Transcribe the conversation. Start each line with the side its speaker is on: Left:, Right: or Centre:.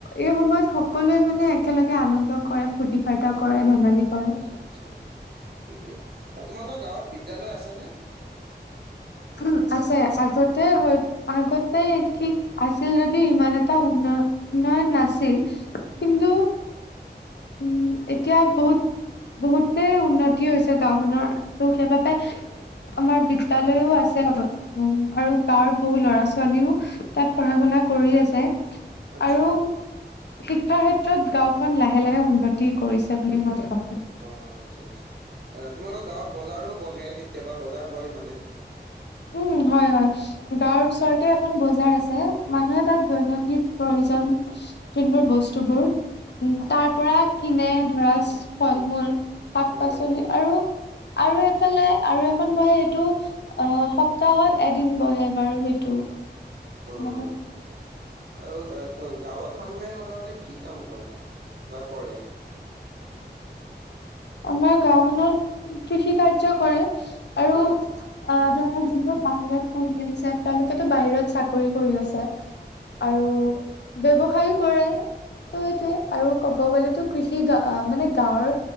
Left: এই সময়ত সকলোৱে মানে একেলগে আনন্দ কৰে ফূৰ্তি ফাৰ্তা কৰে, ধেমালি কৰে।
Right: আচ্ছা, আচ্ছা, ঠিকেই। তোমালোকৰ গাঁৱত বিদ্যালয় আছে নে?
Left: উম, আছে। আগতে হয় আগতে ঠিক আছিল যদি ইমান এটা উন নাই নাছিল
Right: উম
Left: কিন্তু
Right: <inaudible>
Left: উম, এতিয়া বহুত বহুতে উন্নতি হৈছে গাঁওখনৰ। ত' সেইবাবে আমাৰ বিদ্যয়ালয়ও আগ <unintelligible> উম, আৰু গাঁৱৰ বহু ল'ৰা-ছোৱালীও তাত পঢ়া শুনা কৰি আছে।
Right: আচ্ছা
Left: আৰু শিক্ষা ক্ষেত্ৰ- ত গাঁওখন লাহে লাহে উন্নতি কৰিছে বুলি মই ভাব
Right: অ', আচ্ছা, আচ্ছা। তোমালোকৰ গাঁৱত বজাৰো বহে, কেতিয়াবা বজাৰ হয় মানে?
Left: উম, হয়, হয় গাঁৱৰ ওচৰতে এখন বজাৰ আছে। মানুহে তাত দৈনন্দিন প্ৰয়ো জন যোনবোৰ বস্তুবোৰ, উ
Right: উম
Left: তাৰ পৰা কিনে ধৰা ছ ফল-মূল, শাক-পাচলি
Right: উম,
Left: আৰু-আৰু এ ফালে আৰু এখন বহে, হেইটো অ', সপ্তাহত এদিন বহে বাৰু সেইটো।
Right: অ',
Left: মানে
Right: আচ্ছা, আচ্ছা। আৰু এ গাঁৱত মানুহে সাধাৰণতে কি কাম কৰা? বা কৰে?
Left: আমাৰ গাওখনত কৃষি কাৰ্য কৰে। আৰু
Right: উম,
Left: আ ধৰা যিবোৰ বাহিৰত পঢ়ি আছে, তেওঁলোকেতো বাহিৰত চাকৰি কৰি আছে।
Right: উম,
Left: আৰু ব্যৱসায়ো কৰে। ত সেইটোৱে আৰু ক'ব গ'লেতো কৃষি গা আ মানে গাঁৱৰ